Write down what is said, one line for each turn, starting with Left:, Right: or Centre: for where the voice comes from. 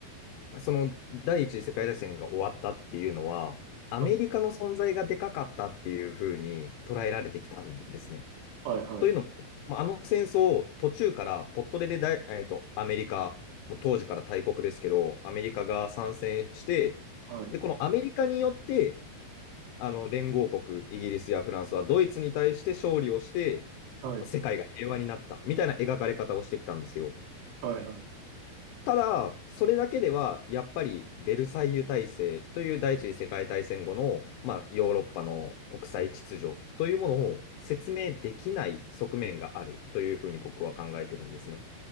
Left: その、第一次世界大戦が終わったっていうのは、アメリカの存在がでかかったっていうふうに捉えられてきたんですね。
Right: あはいはい。
Left: というのも、まあ、あの戦争を途中からポットレでだい、えーと、アメリカ、もう当時から大国ですけど、アメリカが参戦して、
Right: はい。
Left: で、このアメリカによって、あの連合国、イギリスやフランスはドイツに対して勝利をして、
Right: はい。
Left: まあ世界が平和になったみたいな描かれ方をしてきたんですよ。
Right: はい。はい。
Left: ただ、それだけでは、やっぱりベルサイユ体制という第一次世界大戦後の、まあ、ヨーロッパの国際秩序というものを説明できない側面があるというふうに僕は考えてるんですね。